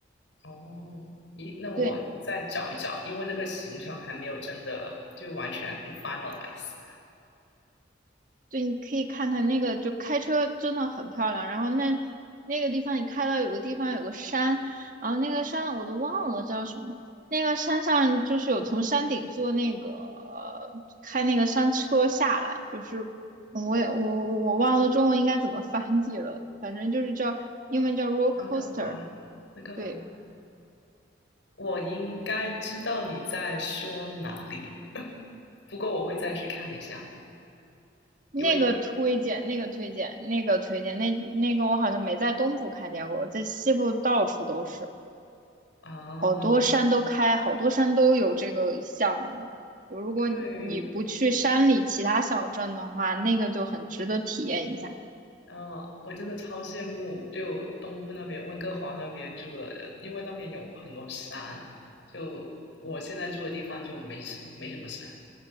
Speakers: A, on the left (about 75°); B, on the right (about 45°).
A: 哦，咦，那我再找一找，
B: 对。
A: 因为那个行程还没有真的就完全 finalize。
B: 对，你可以看看那个，就开车真的很漂亮。然后那那个地方，你开到有个地方有个山，然后那个山我都忘了叫什么。那个山上就是有从山顶坐那个呃开那个山车下来，就是我也我我我忘了中文应该怎么翻译了，
A: 哦，
B: 反正就是叫英文叫 roller
A: 杭州啊，
B: coaster。
A: 那个
B: 对，
A: 我应该知道你在说哪里，<laughs> 不过我会再去看一下，
B: 那个推荐，
A: 因为
B: 那个推荐，那个推荐，那那个我好像没在东部看见过，在西部到处都是。
A: 啊，
B: 好多山都开，好多山都有这个项目。如果你你不去山里其他小镇的话，
A: 对
B: 那个就很值得体验一下。
A: 然后我真的超羡慕，就东部那边温哥华那边住的人，因为那边有很多山，就我现在住的地方就没什没什么山，